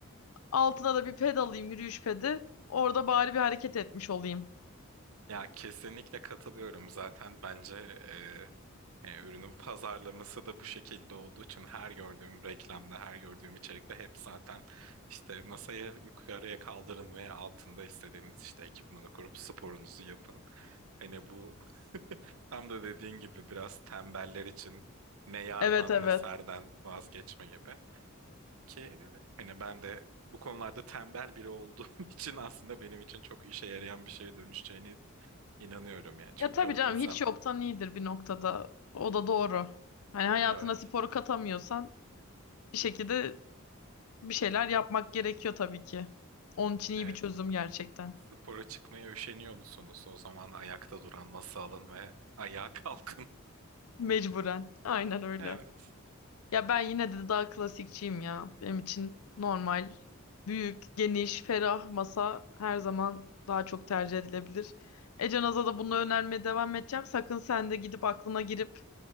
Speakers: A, on the left; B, on the right.
A: altına da bir ped alayım yürüyüş pedi. Orada bari bir hareket etmiş olayım.
B: ya kesinlikle katılıyorum. Zaten bence e, e, ürünün pazarlaması da bu şekilde olduğu için her gördüğüm reklamda, her gördüğüm içerikte hep zaten işte masayı yukarıya kaldırın ve altında istediğiniz işte ekipmanı kurup sporunuzu yapın. Hani bu Tam da dediğin gibi biraz tembeller için ne yardan
A: Evet evet.
B: ne serden vazgeçme gibi. Ki hani ben de bu konularda tembel biri olduğum <laughs> için aslında benim için çok işe yarayan bir şeye dönüşeceğini inanıyorum yani. Çünkü
A: Ya tabii
B: o
A: canım
B: insan
A: hiç yoktan iyidir bir noktada. O da doğru. Hani hayatına
B: evet
A: sporu katamıyorsan bir şekilde Bir şeyler yapmak gerekiyor tabii ki. Onun için iyi
B: evet
A: bir çözüm gerçekten.
B: spora çıkmaya üşeniyor musunuz? O zaman ayakta duran masa alın ve ayağa kalkın.
A: Mecburen. Aynen
B: <laughs>
A: öyle.
B: Evet.
A: Ya ben yine de daha klasikçiyim ya. Benim için normal, büyük, geniş, ferah masa her zaman daha çok tercih edilebilir. Ecenaz'a da bunu önermeye devam edeceğim. Sakın sen de gidip aklına girip